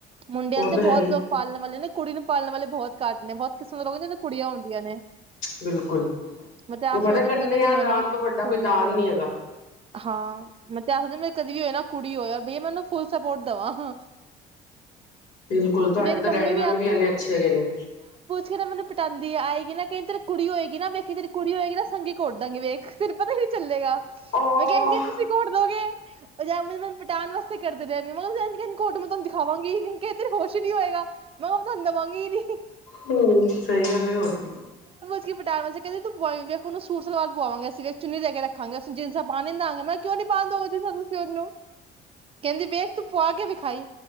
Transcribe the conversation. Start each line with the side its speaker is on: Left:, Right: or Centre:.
Right: ਮੁੰਡਿਆਂ
Left: ਉਹ
Right: ਤੇ
Left: ਤਾਂ ਹੈ
Right: ਬਹੁਤ
Left: ਹੀ
Right: ਲੋਕ ਪਾਲਣ ਵਾਲੇ ਨੇ ਕੁੜੀ ਨੂੰ ਪਾਲਣ ਵਾਲੇ ਬਹੁਤ ਘੱਟ ਨੇ ਬਹੁਤ ਕਿਸਮ ਰ ਕੁੜੀਆਂ ਹੁੰਦੀਆਂ ਨੇ
Left: ਬਿਲਕੁਲ
Right: ਮਤਲਬ ਆਪ
Left: ਉਹ ਕਹਿੰਦੇ
Right: ਸੋਚ
Left: ਕੰਨਿਆ
Right: ਮ ਜਦੋਂ ਵੀ ਹੋ
Left: ਦਾਨ
Right: ਨਾ
Left: ਤੋਂ ਵੱਡਾ
Right: ਕੁੜੀ
Left: ਕੋਈ ਦਾਨ
Right: ਵੀ ਹੋਵੇ
Left: ਨੀ ਹੈਗਾ
Right: ਹਾਂ ਮਤਲਬ ਆਪੋ ਮੇ ਕਦੀ ਵੀ ਹੋਏ ਨਾ ਕੁੜੀ ਹੋਇਆ ਬ ਮੈ ਉਹਨੂੰ ਫੁੱਲ ਸਪੋਰਟ ਦੇਵਾਂ
Left: ਬਿਲਕੁਲ ਤੁਹਾਡੇ
Right: ਮੇਰੀ
Left: ਤੋਂ
Right: ਮੰਮੀ
Left: ਡੈਡੀ ਮਾਮੀ ਵੀ ਇੰਨੇ ਅੱਛੇ ਹੈਗੇ ਨੇ।
Right: ਜਿਹੜ ਮੈਨੂੰ ਪਟਾਂਦੀ ਆਗੀ ਨਾ ਕਹਿੰ ਤੇਰੀ ਕੁੜੀ ਹੋਏਗੀ ਨਾ ਵੇਖੀ ਤੇਰੀ ਕੁੜੀ ਹੋਏਗੀ ਨਾ ਸੰਘਗੀ ਕੋਟ ਦਾਂਗੀ ਵੇਖ ਤੇਰੇ ਪਤਾ ਨ ਨਹੀਂ ਚੱਲੇਗਾ।
Left: ਉਹ
Right: ਮੈਂ ਕਹਿੰਦੀ ਤੁਸੀਂ ਘੋੜ ਦੋਗੇ ਅਜ ਮੈਨੂੰ ਪਟਾ ਵਾਸਤੇ ਕਰਦੇ ਰਹਿਣੀ ਮੈਂ ਕਿਹਾ ਘੋਟ ਮੈਂ ਤੁਹੂੰਖਾਵਾਂਗੀ ਨੀ ਕਿ ਤੇ ਖੁਸ਼ ਨੀ ਹੋਏਗਾ ਮੈਂ ਕਿਹਾ ਪ ਤੁਹਾਨੂੰ ਦੇਵਾਂਗੀ ਨੀ
Left: ਹਮ ਸਹੀ ਗੱਲ ਹੈ। ਹੋਰ ਕੀ
Right: ਪਟਾ ਕਹਿੰਦੀ ਤੂੰ ਵੇਖਨੂੰ ਸੂਰ ਸਲਵਾਰ ਪਵਾਵਾਂਗੇ ਅਸੀਂੇਖ ਚੁੰਨੀ ਦੇ ਕੇ ਰੱਖਾਂਗੇਨੂੰ ਜੀਸਾਂ ਪਾ ਨ ਦਵਾਂਗੇ ਮੈਂ ਕਿਹਾ ਕਿਉਂ ਨਹੀਂ ਪਾ ਦੋ ਤੁਸੀਂ ਉਹਨੂੰ ਕਹਿੰਦੀ ਵੇਖ ਤੂੰ ਪਆ ਕੇ ਵਿਖਾਈ